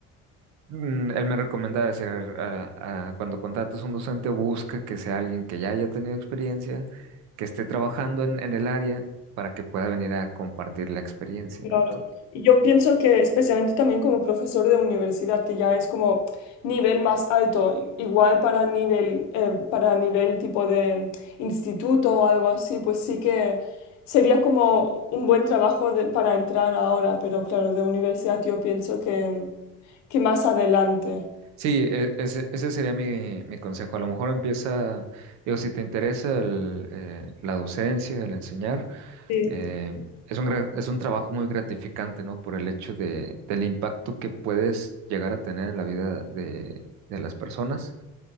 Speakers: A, on the right (about 70°); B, on the left (about 70°).
A: mm, él me recomendaba decir, a- a- a- cuando contrates un docente, busca que sea alguien que ya haya tenido experiencia, que esté trabajando en, en el área para que pueda venir a compartir la experiencia,
B: Claro.
A: ¿no? Entonces,
B: Y yo pienso que especialmente también como profesor de universidad, que ya es como nivel más alto, igual para nivel, eh, para nivel tipo de instituto o algo así, pues sí que sería como un buen trabajo de- para entrar ahora, pero claro, de universidad yo pienso que, que más adelante.
A: sí, e- ese, ese sería mi, mi consejo. A lo mejor empieza, digo, si te interesa el, eh, la docencia, el enseñar,
B: Sí,
A: Eh, es un, gra- es un trabajo muy gratificante, ¿no? Por el hecho de, del impacto que puedes llegar a tener en la vida de, de las personas.